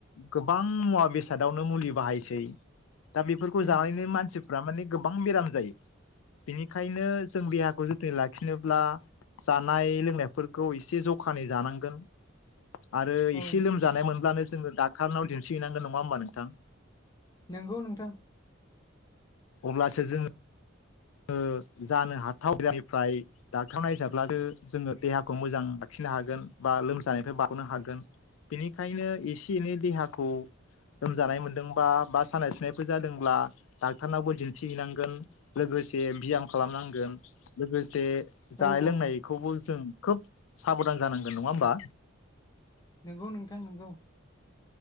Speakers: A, on the left; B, on the left.
A: गोबां मुवा बेसादावनो मुलि बाहायसै। दा बेफोरखौ
B: उम
A: जानानैनो मानसि प्रामानिक गोबां बेराम जायो बेनिखायनो जों देहाखौ जोथोनै लाखिनोब्ला जानाय लोंनायफोरखौ एसे जखानि जानांगोन। आरो एसे
B: औ
A: लोमजानाय मोनब्लानो जोङो डक्टारनाव दिन्थिहैनांगोन नङा होमबा नोंथां।
B: नोंगौ नोंथां।
A: अब्लासो जोङो ओ जानो हाथाव <inaudible> डाक्टारनाव नायजाब्लासो जोङो देहाखौ मोजां लाखिनो हागोन बा लोमजानायनिफ्राय बागनो हागोन बेनिखायनो एसे एनै देहाखौ लोमजानाय मोनदोंबा बा सानाय सुनायफोर जादोंब्ला डक्टरनावबो दिन्थिहैनांगोन लोगोसे बियाम खालामनांगोन। लोगोसे जानाय
B: ओ औ
A: लोंनायखौबो
B: औ
A: जों खोब साबधान जानांगोन नङा होमबा।
B: नोंगौ नोंथां नोंगौ।